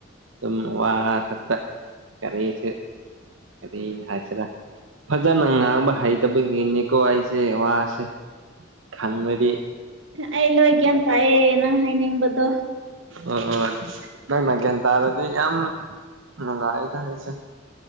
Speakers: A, on the right (about 85°); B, on the right (about 70°).
A: ꯑꯗꯨꯝ ꯋꯥ ꯈꯛꯇ ꯀꯔꯤꯁ ꯀꯔꯤ ꯍꯥꯏꯁꯤꯔꯥ ꯐꯖꯅ ꯉꯥꯡꯕ ꯍꯩꯇꯕꯒꯤꯅꯤꯀꯣ ꯑꯩꯁꯦ ꯁ‌ꯦ ꯋꯥꯁꯦ ꯈꯪꯉꯗꯤ
B: ꯑꯩ ꯂꯣꯏꯒ꯭ꯌꯥꯟ ꯇꯥꯏꯑꯌꯦ ꯅꯪ ꯍꯥꯏꯅꯤꯡꯕꯗꯣ
A: ꯑꯣ ꯅꯣꯏ ꯃꯒꯦꯟ ꯇꯥꯔꯗꯤ ꯌꯥꯝ ꯅꯨꯡꯉꯥꯏꯗ ꯍꯥꯏꯁꯦ